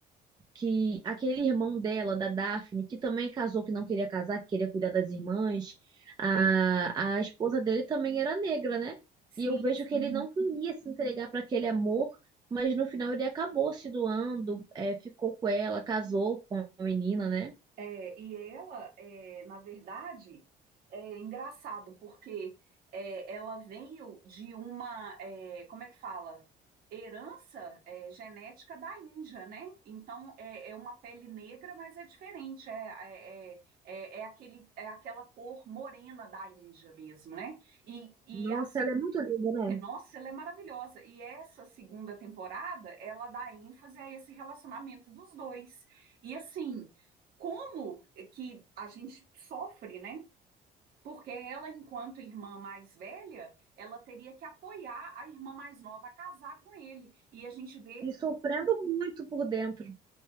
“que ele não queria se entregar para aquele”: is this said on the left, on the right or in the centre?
Right